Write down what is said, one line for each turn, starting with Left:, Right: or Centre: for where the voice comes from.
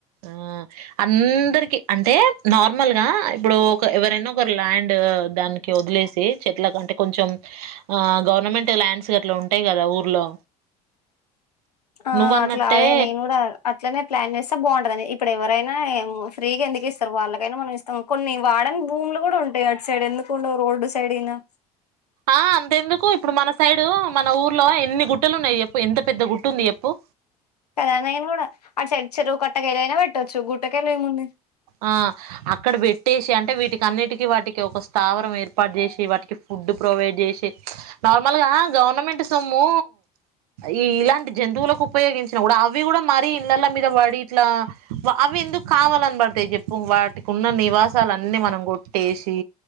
Right: ఆ అందరికి అంటే నార్మల్గా ఇప్పుడు ఒక ఎవరైనా ఒకరు ల్యాండ్ దానికి వదిలేసి చెట్ల కంటే కొంచెం ఆ గౌ- ముమెంట్స్ ల్యాండ్స్ గట్లాంటాయి కదా ఊర్లో
Left: ఆ
Right: నువ్వన్నట్టే
Left: అట్లా అదే నేను కూడా అట్లనే ప్లాన్ చేస్తా బాగుంటుందాని ఇప్పుడు ఎవరైనా ఫ్రీగా ఎందుకు ఇస్తారు వాళ్ళకైనా మనం ఇస్తాం కొన్ని వాడని భూములు కూడా ఉంటాయి అటు సైడ్ ఎందుకు ఉండవు రోడ్డు సైడ్ అయినా
Right: ఆ అంతెందుకు ఇప్పుడు మన సైడ్ <unintelligible> మన ఊర్లో ఎన్ని గుట్టలు ఉన్నాయి చెప్పు ఎంత పెద్ద గుట్ట ఉంది చెప్పు
Left: కదా నేనుకూడా అటు సైడ్ కొట్టగాలుైనా పెట్టొచ్చు గుూట్టకలా ఏము ఉంది
Right: ఆ అక్కడ పెట్టేసి అంటే వీటికి అన్నిటికీ వాటికి ఒక స్థావరం ఏర్పాటు చేసి వాటి ఫుడ్ ప్రొవైడ్ చేసి నార్మల్ గా గవర్నమెంట్ మొత్తము ఈ ఇలాంటి జంతువులకు ఉపయోగించ అవి కూడా మరీ ఇళ్లల మీద పడి ఇట్లా అవి ఎందుకు కావాలనిబడుయ చెప్పు చెప్పు వాటికి ఉన్న నివాసాలన్నిీ మనం కొట్టేసి